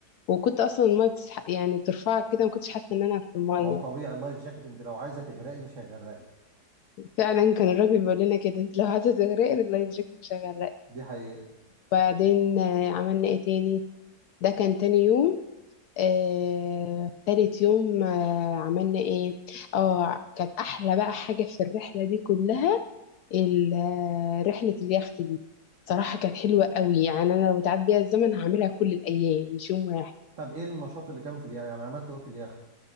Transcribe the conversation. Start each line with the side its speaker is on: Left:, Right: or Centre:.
Left: وكنت اصلا الميه بتسح... يعني ترفعك كده ما كنتش حاسه ان انا في الميه
Right: ما هو طبيعي اللايف جاكيت انت لو عايزه تغرقي مش هيغرقك
Left: فعلا كان الراجل بيقول لنا كده انت لو عايزه تغرقي اللايف جاكيت مش هيغرقك
Right: دي حقيقه
Left: وبعدين آه، عملنا ايه تاني ده كان تاني يوم آه... تالت يوم آه... عملنا ايه اه كانت احلى بقى حاجه في الرحله دي كلها ال... آه، رحله اليخت دي صراحه كانت حلوه قوي يعني انا لو اتعاد بيها الزمن هعملها كل الايام مش يوم واحد
Right: طب ايه النشاط اللي كان في اليخت يعني عملت ايه في اليخت